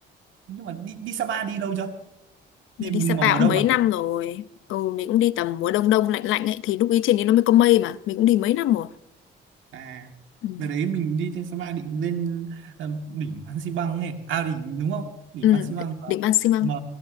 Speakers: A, on the right (about 75°); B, on the left (about 85°).
A: Nhưng mà đi đi Sapa đi lâu chưa?
B: Mình
A: Đi mùng-
B: đi Sapa
A: vào mùa
B: cũng
A: đông
B: mấy
A: à?
B: năm rồi Ừ mình cũng đi tầm mùa đông đông lạnh lạnh ấy Thì lúc ý trên đấy nó mới có mây mà Mình cũng đi mấy năm rồi
A: À
B: Ừ.
A: đợt đấy mình đi trên Sapa định lên ờ, đỉnh Phan Xi ấy. À đỉnh đúng không? Đỉnh
B: Ừ
A: Phan Xi mà,
B: đỉnh Ban Xi Măng
A: mà